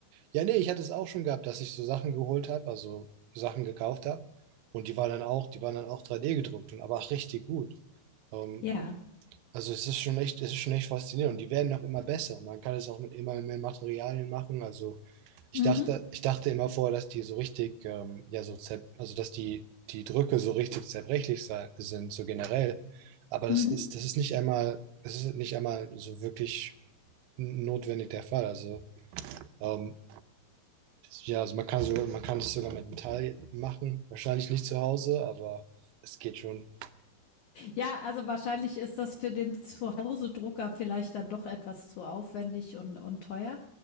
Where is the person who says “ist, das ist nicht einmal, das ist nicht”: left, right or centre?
Right